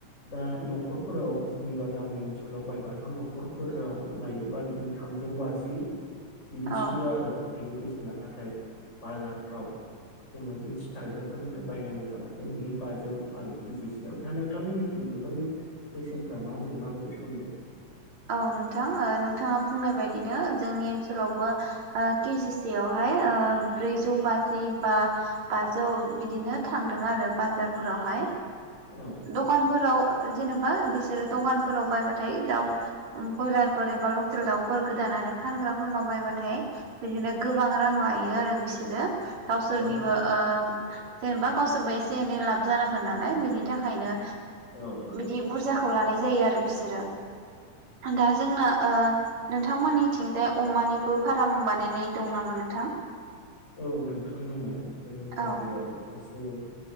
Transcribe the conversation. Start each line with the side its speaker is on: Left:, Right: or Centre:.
Left: दा न'खरफोराव सोरनिबा गामि ओनसोलाव बायबाथ' न'खरफोराव लायोबा बिदिनो थामजौ ब बाजि बिदिसेल'
Right: औ
Left: आरो बेनि बेसेना नाथाय बाजारफ्राव जोङो बे सिथारग्राफोरनिफ्राय बायनांगौ जाबाथाय बियो बाजौ आरो केजिसोयाव दा नोंथांमोननिथिं बेनि बेसेनफ्रा माबोरै माबोरै सोलिदों
Right: औ नोंथां नोंथाङा बुंनाय बायदिनो जोंनि ओनसोलावबो केजिसेयावहाय ओमफ्राय ब्रैजौ बाजि बा बाजौ बिदिनो थांदों आरो बाजारफोरावहा
Left: औ
Right: दखानफोराव जेनेबा बिसोर दखानफोराव बायबाथाय दाउ ब्रयलारफोर एबा लकेल दाउफोर गोदानानै फानग्राफोरनाव बायबाथाय बिदिनो गोबां रां लायो आरो बिसोरो गावसोरनिबो
Left: औ
Right: जेनेबा गावसोरबो एसे एनै लाब जानांगोन नालाय बिनि थाखायनो
Left: औ नंगौ
Right: बिदि बुरजाखौ लानाय जायो आरो बिसोरो
Left: <inaudible>
Right: दा जोंना नोंथांमोननिथिंजाय अमानिबो फार्म बानायनाय दं नामा नोंथां
Left: औ नोंथां दङ जोंनि जायगायाव
Right: औ
Left: सासे